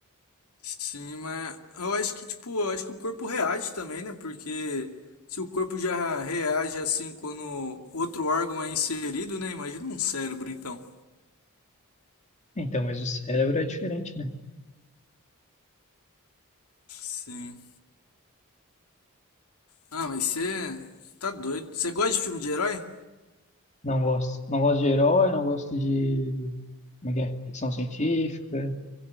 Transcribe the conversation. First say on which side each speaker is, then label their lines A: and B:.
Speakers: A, on the left; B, on the left.
A: Sim, mas eu acho que, tipo, eu acho que o corpo reage também, né? Porque se o corpo já reage assim quando outro órgão é inserido, né? Imagina um cérebro, então.
B: Então, mas o cérebro é diferente, né?
A: Sim. Ah, mas você tá doido. Você gosta de filme de herói?
B: Não gosto. Não gosto de herói, não gosto de. Como é que é? Ficção científica,